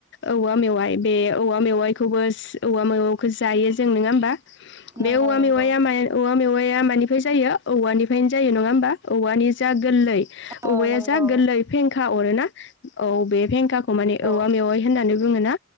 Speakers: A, on the left; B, on the right.
A: औवा मेवाइ बे औवा मेवाइ खौबो औवा मेवायखौ जायो जों नोंङा होमबा।
B: नंगौ
A: बे औवा
B: नंगौ
A: मेवाइया माइ औवा मेवाइ या मानिफ्राय जायो औवानिफ्रायनो जायो नंङा होमबा औवानि जा गोरलै
B: औ
A: औवाया
B: नंगौ
A: जा गोरलै फें खा अरोना औ बे फेंखाखौ अ माने
B: औ
A: औवा मेवाय होननानै बुंङोना